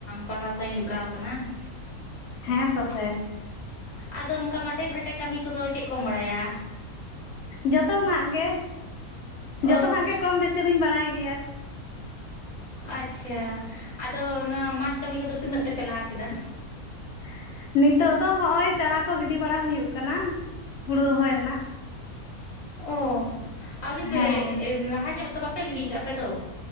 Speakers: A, on the left (about 35°); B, on the left (about 60°).
A: ᱯᱟᱲᱦᱟᱣ ᱥᱟᱶ ᱤᱧ ᱡᱚᱯᱲᱟᱣ ᱟᱠᱟᱱᱟ ᱾
B: ᱦᱮᱸ ᱯᱟᱥᱮᱼᱼ
A: ᱟᱫᱚ ᱱᱚᱝᱠᱟ ᱢᱟᱴᱷᱮ ᱜᱷᱟᱴᱮ ᱠᱟᱹᱢᱤ ᱠᱚᱫᱚ ᱪᱮᱫ ᱠᱚᱢ ᱵᱟᱲᱟᱭᱟ?
B: ᱡᱚᱛᱚᱱᱟᱜ ᱜᱮ
A: ᱚ
B: ᱡᱚᱛᱚᱱᱟᱜ ᱜᱮ ᱠᱚᱢ ᱵᱮᱥᱤ ᱫᱩᱧ ᱵᱟᱲᱟᱭ ᱜᱮᱭᱟ ᱾
A: ᱟᱪᱪᱷᱟ ᱟᱫᱚ ᱱᱚᱣᱟ ᱢᱟᱴᱷ ᱠᱟᱹᱢᱤ ᱠᱚᱫᱚ ᱛᱤᱱᱟᱹᱜ ᱛᱮᱯᱮ ᱞᱟᱦᱟ ᱠᱮᱫᱟ?
B: <unintelligible> ᱱᱤᱛᱚᱜ ᱫᱚ ᱦᱚᱜᱼᱚᱭ ᱪᱟᱨᱟ ᱠᱚ ᱜᱤᱰᱤ ᱵᱟᱲᱟ ᱦᱩᱭᱩᱜ ᱠᱟᱱᱟ ᱦᱩᱲᱩ ᱨᱚᱦᱚᱭ ᱨᱮᱱᱟᱜ ᱾
A: ᱚ ᱟᱹᱣᱨᱤ ᱯᱮ
B: ᱦᱮᱸ
A: ᱞᱟᱦᱟ ᱧᱚᱜ ᱫᱚ ᱵᱟᱯᱮ ᱜᱤᱰᱤ ᱠᱟᱜᱼᱟ ᱟᱯᱮ ᱫᱚ?